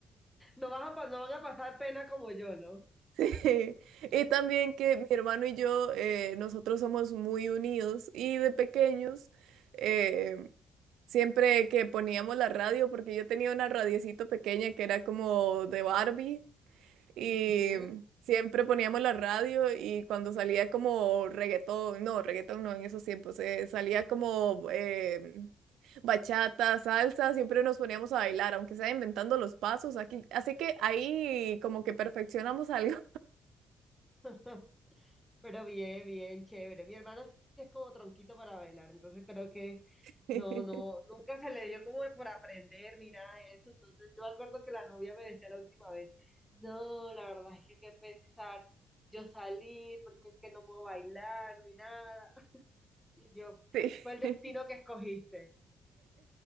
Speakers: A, in the centre; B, on the right.
A: No vas a, pa- no van a pasar pena como yo, ¿no?
B: Sí, y también que mi hermano y yo, eh, nosotros somos muy unidos y de pequeños, eh, siempre que poníamos la radio, porque yo tenía una radiecito pequeña que era como de Barbie, y
A: Ujú.
B: siempre poníamos la radio y cuando salía como reggaetón, no, reggaetón no en esos tiempos, eh, salía como eh, bachata, salsa, siempre nos poníamos a bailar, aunque sea inventando los pasos aquí, así que ahí como que perfeccionamos <laughs> algo.
A: <laughs> Pero bien, bien, chévere. Mi hermano sí es como tronquito para bailar, entonces creo que
B: <laughs>
A: no, no, nunca se le dio como de por aprender ni nada de eso. Entonces yo me acuerdo que la novia me decía la última vez, no, la verdad es que qué pesar yo salir porque es que no puedo bailar ni nada. <laughs> Y yo,
B: Sí,
A: fue el destino
B: <laughs>
A: que escogiste.